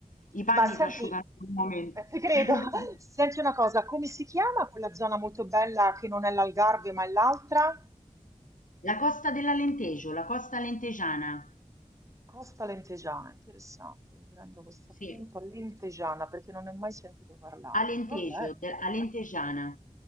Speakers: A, on the left; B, on the right.
A: I panni
B: Ma senti
A: si asciugano in un momento.
B: eh, ti credo.
A: <laughs>
B: <laughs> Senti una cosa, come si chiama quella zona molto bella che non è l'Algarve, ma è l'altra?
A: La costa dell'Alentejo, la costa alentejana.
B: Costa Lentejana, interessante. Mi prendo questo
A: Sì,
B: appunto, Lentejana, perché non ne ho mai sentito parlare.
A: Alentejo,
B: Va bene.
A: de- Alentegiana.